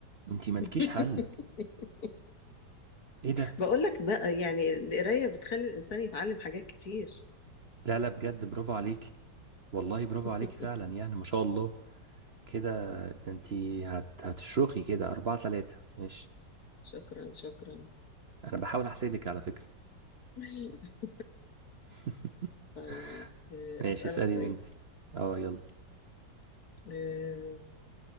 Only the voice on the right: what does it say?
انتي مالكيش
حل ايه ده
لا لا بجد برافو عليكي والله برافو
عليكي فعلا يعني ما شاء الله كده ده انتي هت... هتشرخي كده أربعة تلاتة ماشي
انا بحاول احسدك على فكرة
<laughs>
ماشي
اسأليني
انت اه يلا